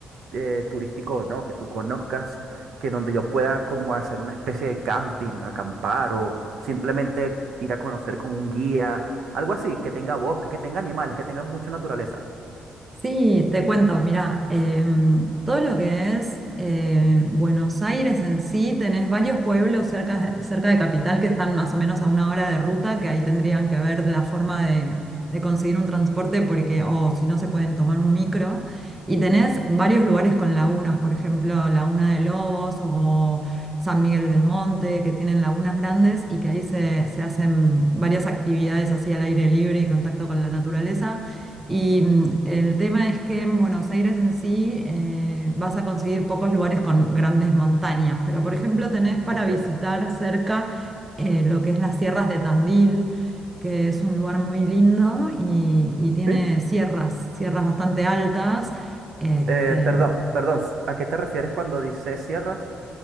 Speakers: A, on the right (about 65°); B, on the right (about 20°).
A: eh, turístico o no que tú conozcas que donde yo pueda como hacer una especie de camping, acampar o simplemente ir a conocer con un guía, algo así, que tenga bosque, que tenga animales, que tenga mucha naturaleza?
B: Sí, te cuento, mira, em, todo lo que es eh, Buenos Aires en sí, tenés varios pueblos cerca, de- cerca de Capital que están más o menos a una hora de ruta, que ahí tendrían que ver la forma de, de conseguir un transporte, porque, o si no, se pueden tomar un micro. Y tenés varios lugares con lagunas, por ejemplo, Laguna de Lobos o San Miguel del Monte, que tienen lagunas grandes y que ahí se, se hacen varias actividades así al aire libre y contacto con la naturaleza. Y mm, el tema es que en Buenos Aires en sí eh, vas a conseguir pocos lugares con grandes montañas, pero por ejemplo tenés para
A: Ok.
B: visitar cerca eh, lo que es las sierras de Tandil, que es un lugar muy lindo y, y tiene
A: ¿Sí?
B: sierras, sierras bastante altas. Este,
A: Eh, perdón, perdón, s- ¿a qué te refieres cuando dices sierras?